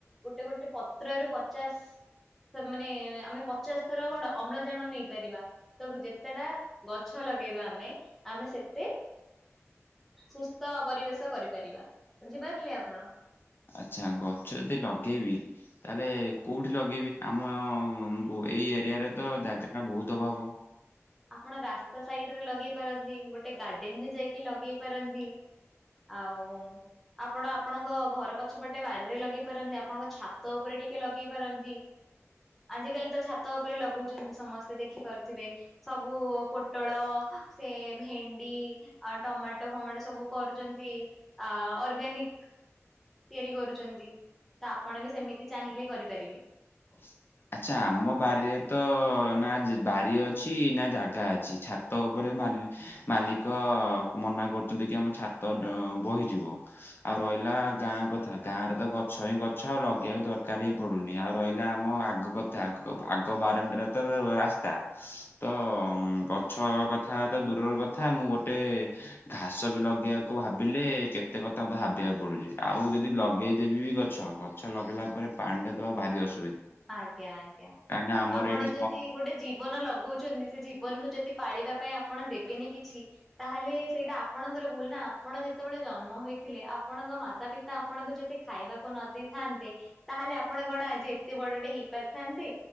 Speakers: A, in the centre; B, on the left.
A: ଗୋଟେ ଗୋଟେ ପତ୍ର ରୁ ପଚାଶ ମାନେ ଆମେ ପଚାଶ ଥର କଣ ଅମ୍ଳଜାନ ନେଇପାରିବା ତ ଯେତେଟା ଗଛ ଲଗେଇବା ଆମେ, ଆମେ ସେତେ ସୁସ୍ଥ ପରିବେଶ କରିପାରିବା, ବୁଝିପାରିଲେ ଆପଣ
B: ଆଚ୍ଛା ଗଛ ଯଦି ଲଗେଇବି ତାହେଲେ କୋଉଠି ଲଗେଇବି ଆମ ଏଇ ଏରିଆରେ ତ ଜାଗା ବହୁତ ଅଭାବ
A: ଆପଣ ରାସ୍ତା ସାଇଡରେ ଲଗେଇ ପାରନ୍ତି ଗୋଟେ ଗାର୍ଡେନ ରେ ଯାଇକି ଲଗେଇ ପାରନ୍ତି ଆଉ ଆପଣ ଆପଣଙ୍କ ଘର ପଛପଟେ ବାରିରେ ଲଗେଇ ପାରନ୍ତି ଆପଣଙ୍କ ଛାତ ଉପରେ ଟିକେ ଲଗେଇ ପାରନ୍ତି ଆଜିକାଲି ତ ଛାତ ଉପରେ ଲଗଉଛନ୍ତି ସମସ୍ତେ ଦେଖିପାରୁଥିବେ ସବୁ ପୋଟଳ ସେ ଭେଣ୍ଡି ଆଉ ଟମାଟୋ ଫମାଟୋ ସବୁ କରୁଛନ୍ତି ଅର୍ଗାନିକ ତିଆରି କରୁଛନ୍ତି। ତ ଆପଣ ବି ସେମିତି ଚାହିଁଲେ କରିପାରିବେ।
B: ହ। <inaudible> ଆଚ୍ଛା ଆମ ବାରିରେ ତ ନା ବାରି ଅଛି ନା ଜାଗା ଅଛି ଛାତ ଉପରେ ମାଲିକ ମନା କରୁଛନ୍ତି କି ଆମ ଛାତ ବହିଯିବ ଆଉ ରହ ହେଲା ଗାଁ କଥା ଗାଁ ରେ ତ ଗଛ ହିଁ ଗଛ ଆଉ ଲଗେଇବାକୁ ଦରକାର ହିଁ ପଡୁନି ଆଉ ରହିଲା ଆମ ଆଗ କଥାଗ ଆଗ ବାରଣ୍ଡାରେ ତ ରାସ୍ତା ତ ଗଛ କଥା ତ ଦୂରର କଥା ମୁଁ ଗୋଟେ ଘାସ ବି ଲଗେଇବାକୁ ଭାବିଲେ କେତେ ଏତେ କଥା ମୋତେ ହାବିବାକୁ ପଡୁଛି ଆଉ ଯଦି ଲଗେଇଦେବି ବି ଗଛ ଗଛ ଲଗେଇଲା ପରେ ପାଣିଟା ଦେବା ଭାରି ଅସୁବିଧା
A: ଆଜ୍ଞା ଆଜ୍ଞା
B: କାହିଁକି ନା ଆମର
A: ଆପଣ
B: ଏଇଠି ସମ
A: ଯଦି ଗୋଟେ ଜୀବନ ଲଗାଉଛନ୍ତି ସେ ଜୀବନକୁ ଯଦି ପାଳବା ପାଇଁ ଆପଣ ଦେବେନି କିଛି ତାହେଲେ ସେଇଟା ଆପଣଙ୍କର ଭୁଲ ନା। ଆପଣ ଯେତେବେଳେ ଜନ୍ମ ହୋଇଥିଲେ ଆପଣଙ୍କ ମାତା ପିତା ଆପଣଙ୍କୁ ଯଦି ଖାଇବାକୁ ନ ଦେଇେଇଥାନ୍ତେ ତା ତାହେଲେ ଆପଣ କଣ ଆଜି ଏତେ ବଡଟେ ହେଇପାରିଥାନ୍ତେ,